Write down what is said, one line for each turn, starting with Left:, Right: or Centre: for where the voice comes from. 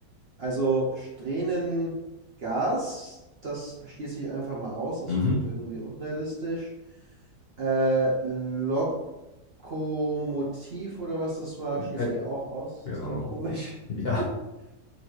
Right: also Strähnengas, das schließe ich einfach mal aus, das
Left: Mhm.
Right: klingt irgendwie unrealistisch. Äh, Lokomotiv oder was das war,
Left: Äh,
Right: schließe ich auch aus,
Left: genau.
Right: das klingt komisch.
Left: Ja.
Right: <laughs>